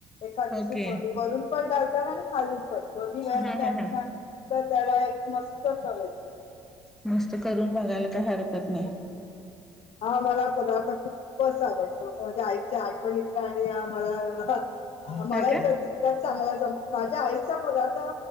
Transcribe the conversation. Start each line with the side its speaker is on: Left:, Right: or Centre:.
Left: एखाद्या
Centre: ओके
Left: फोंडी भरून पण घालतना आणि खाजून पण दोन्ही वेळात
Centre: हा
Left: घ्यायचं
Centre: हा हा
Left: ना तर त्याला एक मस्त चव येते.
Centre: मस्त करून बघायला काय हरकत
Left: हम्म.
Centre: नाही.
Left: हा आम्हाला पदार्थ खूप खूपच आवडतो म्हणजे आईच्या आठवणीतला आणि मला मला
Centre: काय काय
Left: तर त्यात <unintelligible> चांगला माझ्या आईचा पदार्था